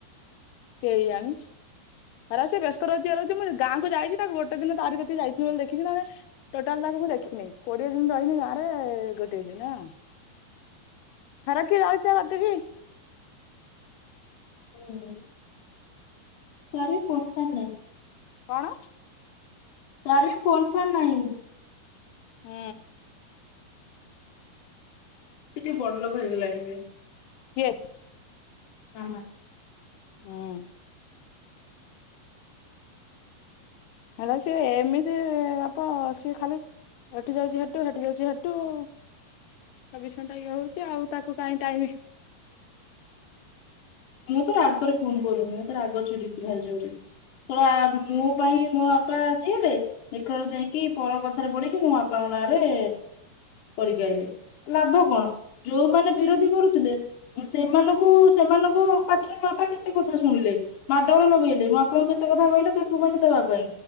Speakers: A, on the left; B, on the left.
A: କେହି ଆଣି ଖରା ସେ ବ୍ୟସ୍ତ ରହିଛି ରଛି ମୁଁ ଗାଁକୁୁ ଯାଇଛି ତାକୁ ଗୋଟେ ଦିନ ତାର କେତ ଯାଇ ବୋଲି ଦେଖିଛି ନହଲେ ଟୋଟାଲ ତାକୁ ମୁଁ ଦେଖିନହିଁ କୋଡିଏ ଦିନ ରହିନି ଗାଁରେ ଗୋଟିଏ ଦିନ ଖରା କିଏ ଯାଉଛି ରାତିକି
B: ହୁଁ ସାର୍ ବି ପୋଷ୍ଟଠାର ନାହିଁ।
A: କଣ?
B: ତାର ବି ଫୋନ୍ ଫାନ ନାହିଁ।
A: ହୁଁ।
B: ସେଠି ବଡଲୋକ ହେଇଗଲାଣି ଏବେ।
A: କିଏ?
B: ମାମା
A: ହୁଁ। ହେଲା ସିଏ ଏମିତି ବାପ ସିଏ ଖାଲି ଏଠି ଯାଉଛି ହେଠୁ ହେଠି ଯାଉଛି ହେଠୁ ଚବିଶ ଘଣ୍ଟା ଇଏ ହଉଛି ଆଉ ତାକୁ କାହିଁ ଟାଇମ
B: ମୁଁ ତୋର ରାଗରେ ଫୋନ୍ କରୁନି ମୁଁ ତୋର ରାଗ ଚୁଡ଼ିି ସେ ଜୋରେ ସୋରା ମୋ ପାଇଁ ମୋ ବାପା ଆଜି ହେରେ ଲେଖଳୁ ଯାଇକି ପର କଥାରେ ପଢିକି ମୋ ବାପାଙ୍କ ନାଁ ରେ କରିକାଇଲେ ଲାଭ କଣ ଯୋଉମାନେ ବିରୋଧୀ କରୁଥିଲେ ସେମାନଙ୍କୁ ସେମାନ ପାଟିରେ ମୋ ବାପା କେତେ କଥା ଶୁଣିଲେ ମାଟ ଲଗେଇଲେ ମୋ ବାପାଙ୍କୁ କେତେ କଥା କହିଲେ ତାକୁ ମାନେ ଦେବା ପାଇଁ